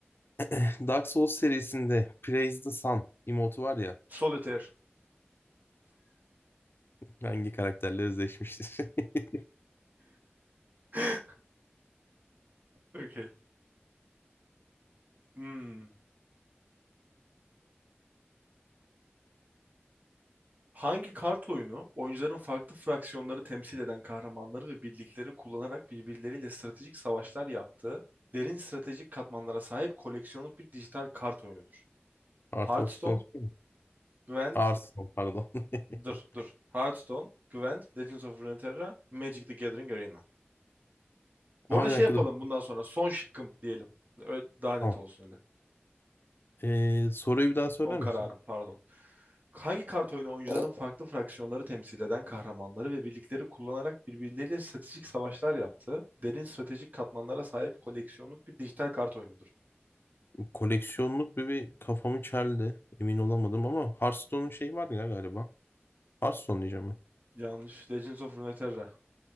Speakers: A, on the left (about 60°); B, on the right (about 40°).
A: <laughs> Dark Souls serisinde Praise the Sun emotu var ya.
B: Solitaire.
A: Hangi karakterle özdeşmiştir? <laughs>
B: <laughs> Okay. Hmm. Hangi kart oyunu oyuncuların farklı fraksiyonları temsil eden kahramanları ve birlikleri kullanarak birbirleriyle stratejik savaşlar yaptığı, derin stratejik katmanlara sahip koleksiyonluk bir dijital kart oyunudur?
A: Art
B: Hearthstone,
A: of Stone mu?
B: Gwent,
A: Art Stone pardon. <laughs>
B: dur dur. Hearthstone, Gwent, Legends of Runeterra, Magic the Gathering Arena. Bu
A: Ama
B: arada
A: bir
B: şey
A: dakika
B: yapalım
A: dur.
B: bundan sonra son şıkkım diyelim. Ö- Daha net
A: Tamam.
B: olsun öyle.
A: Ee, soruyu bir daha söyler
B: Son kararım
A: misin?
B: pardon. Hangi kart oyunu oyuncuların farklı fraksiyonları temsil eden kahramanları ve birlikleri kullanarak birbirleriyle stratejik savaşlar yaptığı, derin stratejik katmanlara sahip koleksiyonluk bir dijital kart oyunudur?
A: Koleksiyonluk bir, bir kafamı çeldi. Emin olamadım ama Hearthstone'un şeyi var ya galiba. Hearthstone diyeceğim ben.
B: Yanlış. Legends of Runeterra.